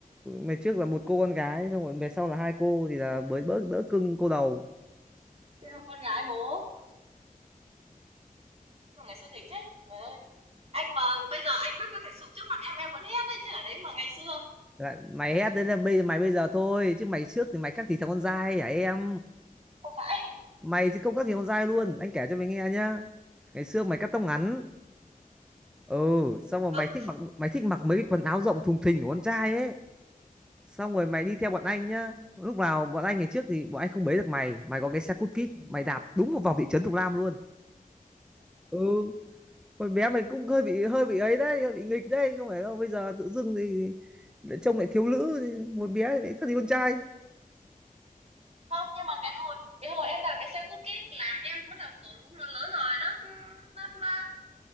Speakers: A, in the centre; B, on the right (about 45°).
A: mày trước là một cô con gái xong rồi mày sau là hai cô thì là mới bớt đỡ cưng cô đầu
B: Thế em con gái bố. Mà Ngày xưa nghịch thế. Trời ơi. Anh mà bây giờ anh bắt có thể sụp trước mặt em em vẫn hét đấy chứ ở đấy mà ngày xưa.
A: lại mày hét đấy là bây giờ mày bây giờ thôi chứ mày trước thì mày khác gì thằng con dai hả em
B: Không phải.
A: mày thì không khác gì con dai luôn anh kể cho mày nghe nhá ngày xưa mày cắt tóc ngắn ừ xong rồi
B: Đúng
A: mày thích mặc mày thích mặc mấy cái quần áo rộng thùng thình của con trai ấy xong rồi mày đi theo bọn anh nhá lúc nào bọn anh ngày trước thì bọn anh không bế được mày mày có cái xe cút kít mày đạp đúng một vòng thị trấn Thục Lam luôn ừ hồi bé mày cũng hơi bị hơi bị ấy đấy hơi bị nghịch đấy không phải đâu bây giờ tự dưng thì lại trông lại thiếu nữ thì hồi bé thì lại các thì con trai
B: không nhưng mà cái hồi cái hồi em đạp cái xe cút kít là em bắt đầu kiểu cũng lớn lớn rồi lớp lớp à,